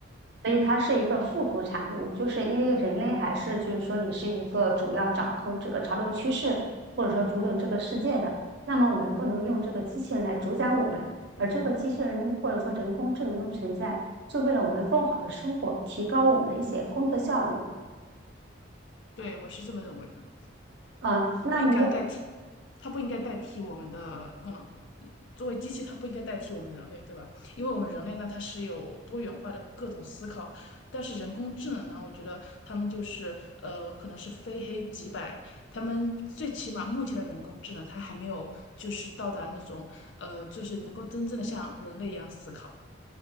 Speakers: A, on the right; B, on the left.
A: 所以它是一个附属产物，就是因为人类还是就是说你是一个主要掌控这个潮流趋势，或者说主导这个世界的，那么我们不能用这个机器人来主宰我们，而这个机器人或者说人工智能的存在，是为了我们更好的生活，提高我们的一些工作效率。
B: 对，我是这么认为的，
A: 呃，
B: 它不应该代替，
A: 那你有
B: 它不应该代替我们的不能。作为机器，它不应该代替我们人类，对吧？因为我们人类呢，它是有多元化的各种思考，但是人工智能呢，我觉得他们就是呃，可能是非黑即白，他们最起码目前的人工智能，它还没有就是到达那种呃，就是能够真正的像人类一样思考。